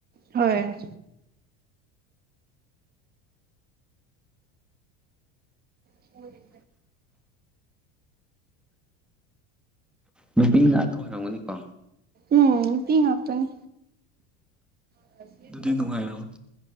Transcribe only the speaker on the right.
ꯍꯣꯏ <unintelligible>
ꯎꯝ ꯅꯨꯄꯤ ꯉꯥꯛꯇꯥꯅꯦ <unintelligible>